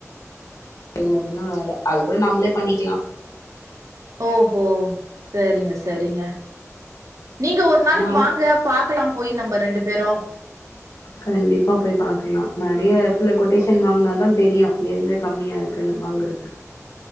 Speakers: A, on the left; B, on the right.
A: அது மட்டுதா வேல அது கூட நம்மளே பண்ணிக்கலா
B: ஓஹோ சேரிங்க சேரிங்க நீங்க ஒரு நாளைக்கு
A: வாங்
B: வாங்க பாக்கலா போயி நம்ம ரெண்டு பேரு
A: கண்டிப்பா போயி பாக்கலா நெறைய இடத்துல கொட்டேஷன் வாங்கனா தா தெரியு எங்கே கம்மியா இருக்குன்னு வாங்கறதுக்கு